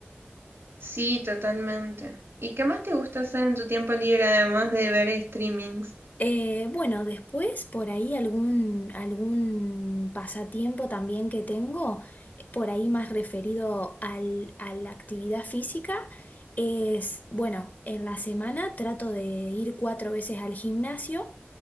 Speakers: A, on the right; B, on the left.
A: sí, totalmente. ¿Y qué más te gusta hacer en tu tiempo libre además de ver streamings?
B: Eh, bueno, después por ahí algún, algún pasatiempo también que tengo, por ahí más referido al, a la actividad física, es, bueno, en la semana trato de ir cuatro veces al gimnasio